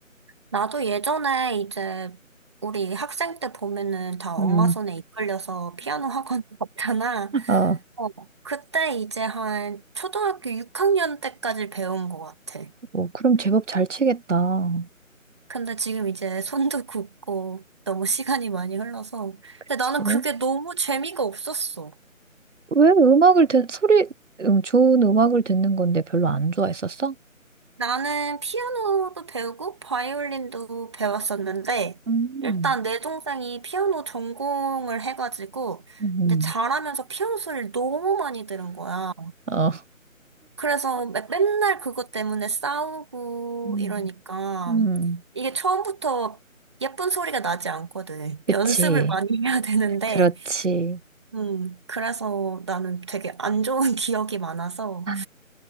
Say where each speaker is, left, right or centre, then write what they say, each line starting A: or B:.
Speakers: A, on the right (about 20°); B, on the right (about 60°).
A: 나도 예전에 이제 우리 학생 때 보면은 다 엄마
B: 음,
A: 손에 이끌려서 피아노 학원 <laughs> 갔잖아.
B: 아,
A: 어, 그때 이제 한 초등학교 6학년 때까지 배운 것 같아.
B: 어, 그럼 제법 잘 치겠다.
A: 근데 지금 이제 손도 굳고 너무 시간이 많이 흘러서.
B: 그치?
A: 근데 나는 그게 너무 재미가 없었어.
B: 왜 음악을 듣, 소리, 음, 좋은 음악을 듣는 건데 별로 안 좋아했었어?
A: 나는 피아노도 배우고 바이올린도 배웠었는데,
B: 음,
A: 일단 내 동생이 피아노 전공을 해가지고,
B: 음,
A: 이제 잘하면서 피아노 소리를 너무 많이 들은 거야.
B: 어.
A: 그래서 매- 맨날 그것 때문에 싸우고
B: <laughs>
A: 이러니까,
B: 음,
A: 이게 처음부터 예쁜 소리가 나지 않거든.
B: 그치.
A: 연습을 많이 해야 되는데,
B: 그렇지.
A: 음, 그래서 나는 되게 안 좋은 <laughs> 기억이 많아서,
B: 아,